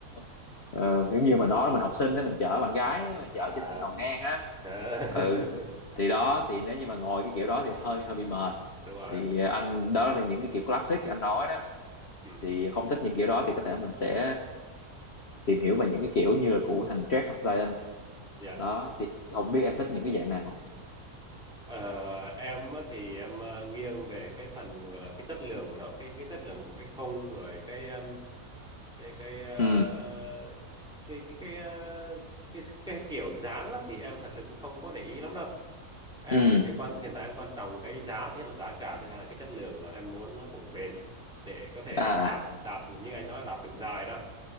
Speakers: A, on the left (about 45°); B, in the centre.
A: <laughs> ờ, giống như mình nói mình học sinh đó mình chở bạn gái mà chở
B: à
A: trên thanh đòn ngang á
B: thế. <laughs>
A: ừ thì đó thì nếu như mà ngồi cái kiểu đó thì hơi hơi bị mệt
B: đúng rồi
A: thì anh đó là những cái kiểu classic anh nói đó
B: ừ
A: thì không thích những kiểu đó thì có thể mình sẽ tìm hiểu về những cái kiểu như là của thằng Jack hoặc Zion
B: dạ
A: đó thì không biết em thích những cái dạng nào
B: Ờ, em á thì em ờ, nghiêng về cái phần gọi là cái chất lượng của nó cái cái chất lượng của cái không rồi cái um, cái cái ờ,
A: ừ
B: cái cái cái, ờ, cái cái kiểu dáng á, thì em thật sự cũng không có để ý lắm đâu em
A: ừ
B: chỉ quan hiện tại em quan trọng cái giá thứ nhất là giá cả thứ hai là cái chất lượng là em muốn nó cũng bền để có thể
A: à
B: đạp đạp như anh nói là đạp đường dài đó